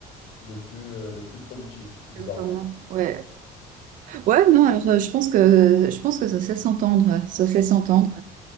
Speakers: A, on the left (about 75°); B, on the right (about 55°).
A: le plus, euh, le plus productif, bizarrement.
B: Performant. Ouais, Ouais, non, alors, euh, je pense que je pense que ça se laisse entendre, ça se laisse entendre.